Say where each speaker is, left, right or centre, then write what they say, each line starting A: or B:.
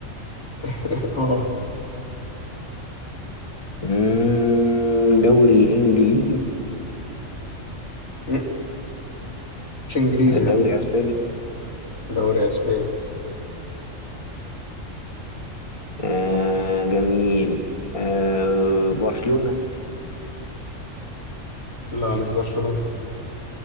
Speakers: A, on the left; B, on the left.
A: <laughs> اه
B: مم، دوري انجليزي
A: م- مش انجليزي لا
B: دوري اسباني
A: دوري اسباني
B: آه جميل آه برشلونة
A: لا مش برشلونة